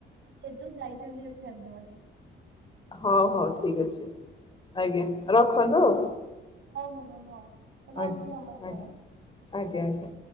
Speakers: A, on the right (about 70°); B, on the left (about 25°).
A: କେତେଜଣ ଯାଇଚନ୍ତି ଏଫେୟାର୍ ଦବାକୁ?
B: ହଉ ହଉ ଠିକ ଅଛି ଆଜ୍ଞା ରଖନ୍ତୁ ଆଉ।
A: ହୋଉ ମ୍ୟାଡ଼ାମ ହୋଉ ରହୁଚି
B: ଆଜ୍ଞା
A: ନମସ୍କାରେ।
B: ଆଜ୍ଞା ଆଜ୍ଞା ଆଜ୍ଞା।